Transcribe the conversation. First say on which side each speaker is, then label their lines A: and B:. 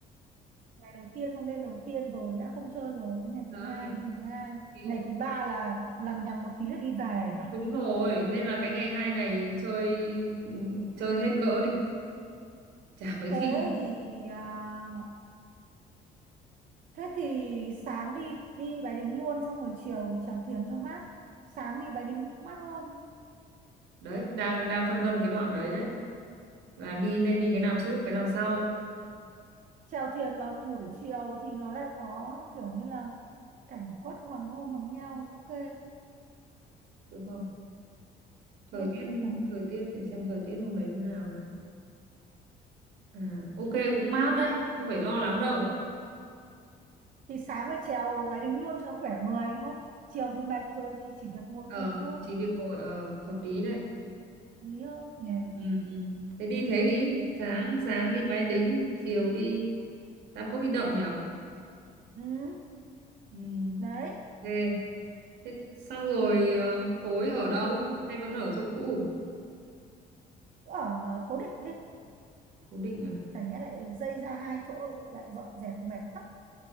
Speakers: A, on the right; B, on the right.
A: ngày đầu tiên xong đêm đầu tiên rồi đã không chơi rồi cái ngày
B: đấy
A: thứ hai đêm thứ hai
B: thì
A: ngày thứ ba là lằng nhằng một tí là đi về nhỉ
B: Đúng rồi, nên là cái ngày hai này chơi ừ, chơi hết cỡ đi, chả mấy
A: thế
B: khi.
A: thì à, thế thì sáng đi đi Bái Đính luôn xong rồi chiều chèo thuyền cho mát sáng đi Bái Đính cũng mát hơn
B: Đấy, đang đang phân vân cái đoạn đấy đấy, là đi nên đi cái nào trước, cái nào sau,
A: chèo thuyền mà buổi chiều thì nó lại có kiểu như là cảnh quất hoàng hôn hoàng heo ok
B: được không? Thời
A: được
B: tiết
A: chứ nhỉ
B: thời tiết để xem thời tiết hôm đấy thế nào nào. À, ok cũng mát đấy, không phải lo lắm đâu.
A: thì sáng phải chèo máy đính luôn cho nó khỏe người đúng không chiều thì mệt rồi thì chỉ việc ngồi
B: Ờ,
A: thuyền thôi
B: chỉ việc ngồi ờ hợp lý đấy.
A: hợp lý hơn nhỉ
B: Ừ, ừ. Thế đi thế đi, sáng sáng đi Bái Đính, chiều đi Tam Cốc Bích Động nhở?
A: ừ
B: Ừ.
A: đấy
B: ok. Thế xong rồi ờ, tối ở đâu? Hay vẫn ở chỗ cũ?
A: cứ ở cố định đi
B: cố định à
A: chả nhẽ lại dây ra hai chỗ lại dọn dẹp mệt lắm